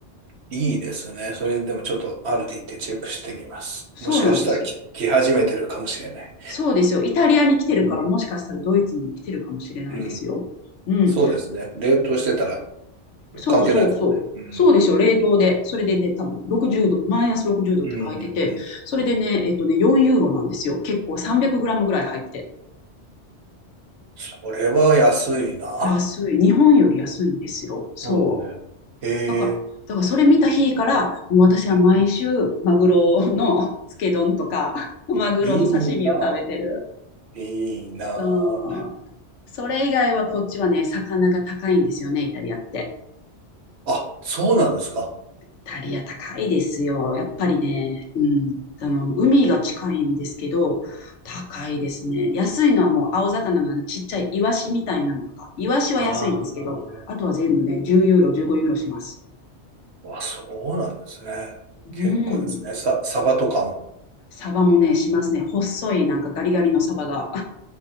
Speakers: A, on the right; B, on the left.
A: いいですね。それでもちょっとアルディってチェックしてみます。
B: そうなんですよ。
A: もしかしたら来来始めてるかもしれない。
B: そうですよ。イタリアに来てるから、
A: うん。
B: もしかしたらドイツにも来てるかもしれないですよ。
A: うん。
B: うん。
A: そうですね。冷凍してたら
B: そうそうそう。
A: 関係ないですもんね。うん。
B: そうでしょ、冷凍で。それでね、多分60度、マイナス60度って書いてて、
A: うんうんうん。
B: それでね、えっとね、4ユーロなんですよ。結構300グラムぐらい入って。
A: それは安いな。
B: 安い。日本より安いんですよ。そう。
A: そうですね。へえ。
B: だから、だからそれ見た日から、もう私は毎週、
A: うん
B: マグロの <laughs> つけ丼とか、<laughs> マグロの刺身を食べてる。
A: いいな。いいな。
B: そう。それ以外はこっちはね、魚が高いんですよね、イタリアって。
A: あ、そうなんですか。
B: イタリア高いですよ。やっぱりね、うん。あの、海が近いんですけど、高いですね。安いのはもう青魚のあのちっちゃいイワシみたいなのとか、イワシは安いんですけど、
A: ああ。
B: あとは全部ね、10ユーロ、15ユーロします。
A: あ、そうなんですね。
B: うん。
A: 結構ですね。さ、サバとかも。
B: サバもね、しますね。細い、なんかガリガリのサバが。